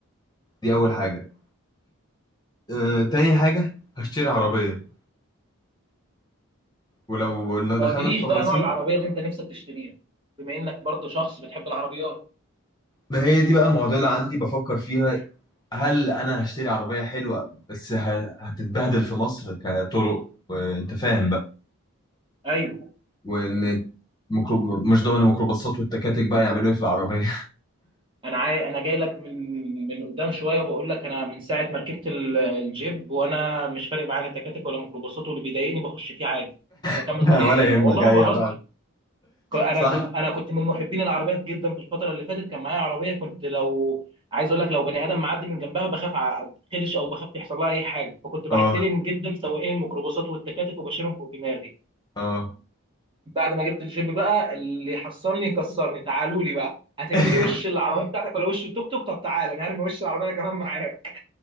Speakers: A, on the left (about 20°); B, on the right (about 20°).
A: دي اول حاجه آه تاني حاجه هشتري عربيه ولو إن
B: ما
A: دخلنا
B: قلتليش
A: في تفاصيل
B: بقى نوع العربيه اللي انت نفسك تشتريها بما انك برضه شخص بتحب العربيات
A: ما هي دي بقى معضله عندي بفكر فيها هل انا هشتري عربيه حلوه بس ه- هتتبهدل في مصر كطرق وانت فاهم بقى
B: ايوه
A: وان ميكرو- مش ضامن الميكروباصات والتكاتك بقى يعملوا ايه في العربيه
B: انا عاي... انا جاي لك من من قدام شويه وبقول لك انا من ساعه ما ركبت ال- الجيب وانا مش فارق معايا لا تكاتك ولا ميكروباصات واللي بيضايقني بخش فيه عادي واكمل
A: <laughs>
B: طريق
A: ولا
B: <laughs> زي ما
A: يهمك
B: انا والله
A: ايوه
B: ما بهزر
A: فعلا
B: ك- انا
A: صح
B: كنت انا كنت من محبين العربيات جدا في الفتره اللي فاتت كان معايا عربيه كنت لو عايز اقول لك لو بني ادم معدي من جنبها بخاف ع- اتخدش او بخاف يحصل لها اي حاجه فكنت بحترم
A: اه
B: جدا سواقين الميكروباصات والتكاتك وبشيلهم فوق دماغي
A: اه
B: بعد ما جبت الجيب بقى اللي يحصلني يكسرني تعالوا لي بقى هترمي
A: <laughs>
B: لي وش العربيه بتاعتك ولا وش التوك توك طب تعالى انا هرمي وش العربيه انا كمان معاك